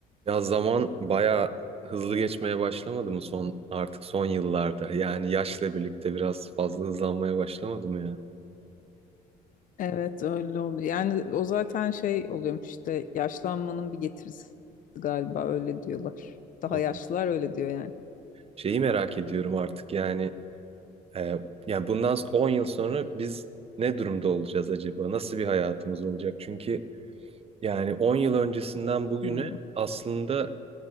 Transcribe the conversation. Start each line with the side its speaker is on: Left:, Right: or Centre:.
Right: Ya zaman bayağı hızlı geçmeye başlamadı mı son artık son yıllarda? Yani yaşla birlikte biraz fazla hızlanmaya başlamadı mı ya?
Left: Evet öyle oluyor. Yani o zaten şey oluyormuş işte yaşlanmanın bir getirisi galiba öyle diyorlar. Daha
Right: O
Left: yaşlılar öyle diyor yani.
Right: şeyi merak ediyorum artık yani e, yani bundan 10 yıl sonra biz ne durumda olacağız acaba? Nasıl bir hayatımız olacak? Çünkü yani 10 yıl öncesinden bugüne
Left: Hmm,
Right: aslında